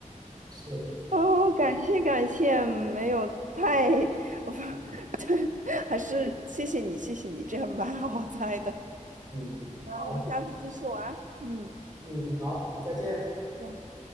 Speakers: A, on the right; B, on the right.
A: 是的，
B: 哦，感谢感谢，没有太，<laughs> 我
A: 嗯
B: 对，还是谢谢你，谢谢你，这样蛮好猜的。
A: 嗯，
B: 那我们下次继续玩嗯，
A: 好，嗯好，再见。
B: 行。